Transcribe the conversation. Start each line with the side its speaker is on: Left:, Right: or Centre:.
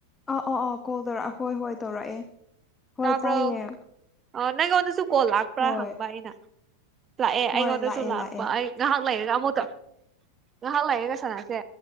Left: ꯑꯥ ꯑꯥ ꯑꯥ ꯀꯣꯜ ꯇꯧꯔꯑ ꯍꯣꯏ ꯍꯣꯏ ꯇꯧꯔꯛꯑꯦ ꯍꯣꯏ
Right: ꯇꯥꯕ꯭ꯔꯣ
Left: ꯇꯥꯏꯌꯦ
Right: ꯑꯥ ꯅꯪꯉꯣꯟꯗꯁꯨ ꯀꯣꯜ ꯂꯥꯛꯄ꯭ꯔꯥ
Left: ꯍꯣꯏ
Right: ꯍꯪꯕ ꯑꯩꯅ ꯂꯥꯛꯑꯦ
Left: ꯍꯣꯏ
Right: ꯑꯩꯉꯣꯟꯗꯁꯨ
Left: ꯂꯥꯛꯑꯦ
Right: ꯂꯥꯛꯄ
Left: ꯂꯥꯛꯑꯦ
Right: ꯑꯩ ꯉꯥꯏꯍꯛ ꯂꯩꯔꯒ ꯑꯃꯨꯛ ꯇꯧ ꯉꯥꯏꯍꯛ ꯂꯩꯔꯒ ꯁꯅꯥꯁꯦ